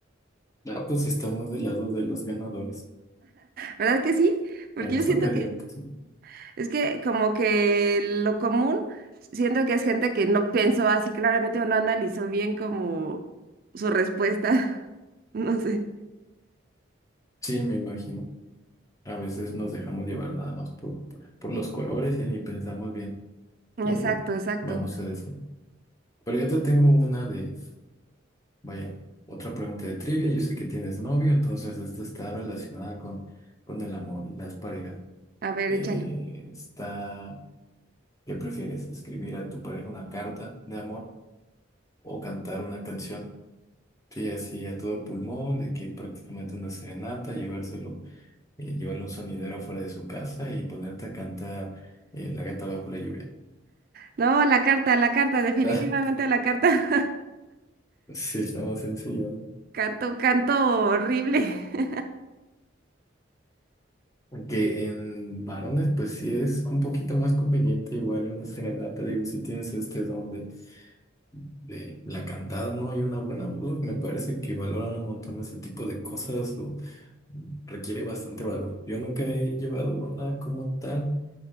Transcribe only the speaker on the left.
Ah, pues estamos del lado de los ganadores.
En esta
ocasión,
sí,
sí, me imagino. A veces nos dejamos llevar nada más por, por los colores y ni pensamos bien lo
que
vamos a decir. Pero yo te tengo una de, vaya, otra pregunta de trivia. Yo sé que tienes novio, entonces esta está relacionada con, con el amor y las parejas.
Eh,
está, ¿qué prefieres? ¿Escribir a tu pareja una carta de amor o cantar una canción? Sí, así a todo pulmón, de que prácticamente una serenata, llevárselo, eh, llevarle un sonidero afuera de su casa y ponerte a cantar eh, La gata bajo la lluvia.
<laughs>
Sí, está más sencillo. ¿no?
Aunque en varones, pues sí es un poquito más conveniente, igual una serenata, digo, si tienes este don de, de la cantada, ¿no? Y una buena voz, me parece que valoran un montón ese tipo de cosas o requiere bastante valor. Yo nunca he llevado una como tal.